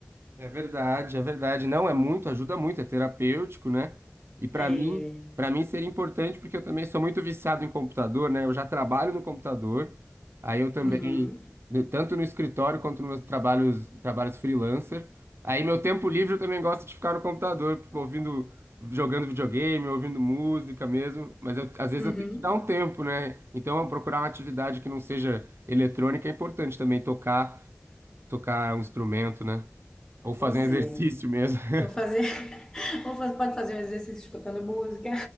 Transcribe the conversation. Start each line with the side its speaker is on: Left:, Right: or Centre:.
Right: É verdade, é verdade. Não, é muito, ajuda muito, é terapêutico, né? E para
Left: É,
Right: mim, para mim seria importante porque eu também sou muito viciado em computador, né? Eu já trabalho no computador. Aí eu também,
Left: uhum,
Right: no- tanto no escritório quanto nos meus trabalhos, trabalhos freelancer. Aí meu tempo livre eu também gosto de ficar no computador, ouvindo, jogando videogame, ouvindo música mesmo, mas eu- às vezes
Left: uhum,
Right: eu tenho que dar um tempo, né? Então, eu procurar uma atividade que não seja eletrônica é importante também tocar, tocar um instrumento, né? Ou fazer
Left: pois
Right: um exercício
Left: é,
Right: mesmo. <laughs>
Left: eu vou fazer, <laughs> vou fazer- pode fazer um exercício escutando música.